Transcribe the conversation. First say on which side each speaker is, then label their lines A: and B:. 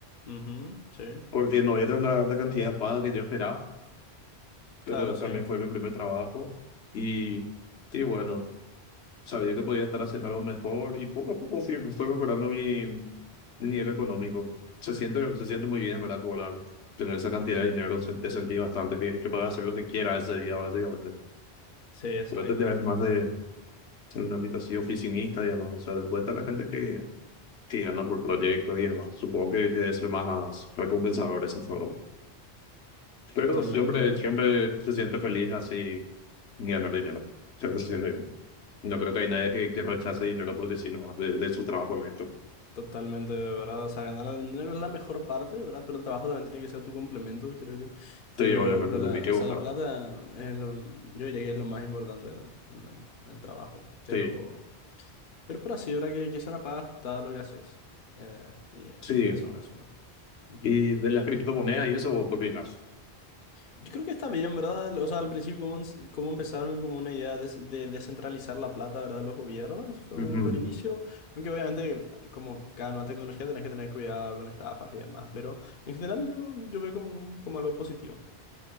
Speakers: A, on the left; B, on the left.
A: Ujú, sí.
B: porque no era la, la cantidad de paga que yo esperaba, pero
A: Claro, sí.
B: también fue mi primer trabajo y, sí, bueno. Sabía que podía estar haciendo algo mejor y poco a poco fui, fue mejorando mi, mi nivel económico. Se siente, se siente muy bien, en ¿verdad? Cobrar, tener esa cantidad de dinero, se- te sentí bastante bien, que puedas hacer lo que quieras ese día, básicamente.
A: Sí, exacto.
B: Pero este ya es más de ser un ámbito así oficinista y demás. O sea, después está la gente que, que gana por proyecto y demás. Supongo que debe ser más recompensador ese juego.
A: Totalmente.
B: Pero siempre, siempre se siente feliz así ni ganar dinero. Siempre se siente, no creo que hay nadie que, que rechace dinero porque si no, de, de su trabajo en esto.
A: Totalmente, ¿verdad? O sea, ganar dinero es la mejor parte, ¿verdad? Pero el trabajo también tiene que ser tu complemento, creo yo.
B: Sí,
A: Pero,
B: obviamente
A: pero
B: te
A: la,
B: tiene que
A: o
B: gustar.
A: sea, la plata es lo, yo diría que es lo más importante en el, en el trabajo. Pero,
B: Sí,
A: pero, pero así, ¿verdad? Que, que sea una paga ajustada a lo que haces. Eh, y
B: sí.
A: eso en resumen. Ujú.
B: Y de las criptomonedas y eso, ¿qué opinas?
A: Yo creo que está bien, ¿verdad? O sea, al principio, como, ens- como empezaron como una idea de, de descentralizar la plata, ¿verdad? De los gobiernos, fue
B: Ujú.
A: un buen inicio. Aunque obviamente, como cada nueva tecnología, tenés que tener cuidado con estafas y demás. Pero en general, yo, yo veo como, un- como algo positivo.